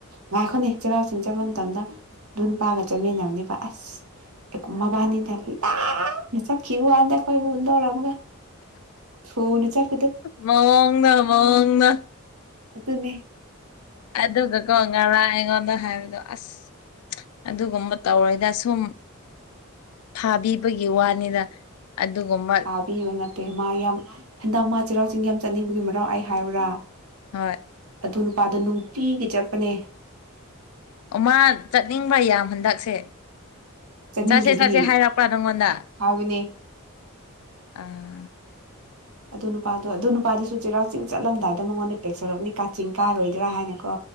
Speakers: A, on the right (about 75°); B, on the left (about 80°).
A: ꯉꯥꯏꯈꯣꯅꯦ ꯆꯩꯔꯥꯎ ꯆꯤꯡ ꯆꯠꯄ ꯃꯇꯝꯗ ꯑꯗꯨ ꯅꯨꯄꯥꯒ ꯆꯠꯃꯤꯟꯅꯕꯅꯦꯕ ꯑꯁ ꯑꯦꯛ ꯃꯕꯥꯅꯤꯗꯗꯤ ꯇꯥ ꯅꯆꯠꯈꯤꯕꯨ ꯋꯥꯅꯤꯗ ꯑꯩꯈꯣꯏꯕꯨ ꯍꯨꯟꯗꯣꯛꯔꯝꯃꯒ ꯊꯨꯅ ꯆꯠ
B: ꯃꯑꯣꯡꯗꯣ ꯃꯑꯣꯡꯅ
A: ꯑꯇꯨꯅꯦ
B: ꯑꯗꯨꯒꯀꯣ ꯉꯔꯥꯡ ꯑꯩꯉꯣꯟꯗ ꯍꯥꯏꯕꯗꯣ ꯑꯁ ꯑꯗꯨꯒꯨꯝꯕ ꯇꯧꯔꯣꯏꯗ ꯁꯨꯝ ꯐꯥꯕꯤꯕꯒꯤ ꯋꯥꯅꯤꯗ ꯑꯗꯨꯒꯨꯝꯕ
A: ꯄꯤꯕ ꯅꯠꯇꯦ ꯃꯥ ꯌꯥꯝ ꯍꯟꯗꯛ ꯃꯥ ꯆꯩꯔꯥꯎ ꯆꯤꯡ ꯌꯥꯝ ꯆꯠꯅꯤꯡꯕꯒꯤ ꯃꯔꯥꯎ ꯑꯩ ꯍꯥꯏꯌꯨꯔꯥ
B: ꯍꯣꯏ
A: ꯑꯗꯨ ꯅꯨꯄꯥꯗꯣ ꯅꯨꯡꯄꯤꯒꯤ ꯆꯠꯄꯅꯦ
B: ꯑꯣ ꯃꯥ ꯆꯠꯅꯤꯡꯕ ꯌꯥꯝ ꯍꯟꯗꯛꯁꯦ
A: ꯆꯠꯅꯤꯡꯗ꯭ꯔꯗꯤ
B: ꯆꯠꯁꯦ ꯆꯠꯁꯦ ꯍꯥꯏꯔꯛꯄ꯭ꯔꯥ ꯅꯪꯉꯣꯟꯗ
A: ꯍꯥꯏꯕꯅꯦ
B: ꯑ
A: ꯑꯗꯨ ꯅꯨꯄꯥꯗꯣ ꯑꯗꯨ ꯅꯨꯄꯥꯗꯨꯁꯨ ꯆꯩꯔꯥꯎ ꯆꯤꯡ ꯆꯠꯂꯝꯗꯥꯏꯗ ꯃꯉꯣꯟꯗ ꯇꯦꯛꯁ ꯁ꯭ꯔꯔꯝꯅꯤ ꯀꯥꯆꯤꯡ ꯀꯥꯔꯣꯏꯗ꯭ꯔꯥ ꯍꯥꯏꯅ ꯀꯣ